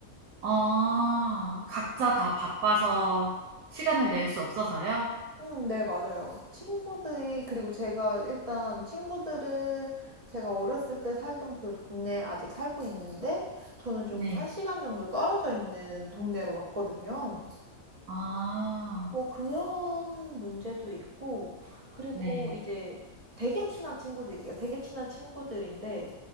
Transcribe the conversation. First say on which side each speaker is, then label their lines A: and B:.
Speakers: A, on the right; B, on the right.
A: 아, 각자 다 바빠서 시간을 낼 수 없어서요?
B: 음, 네, 맞아요. 친구들이, 그리고 제가 일단 친구들은 제가 어렸을 때 살던 그 동네에 아직 살고 있는데 저는 좀
A: 네.
B: 한 시간 정도 떨어져 있는 동네로 왔거든요.
A: 아,
B: 뭐 그런 문제도 있고, 그리고
A: 네,
B: 이제 되게 친한 친구들이에요. 되게 친한 친구들인데,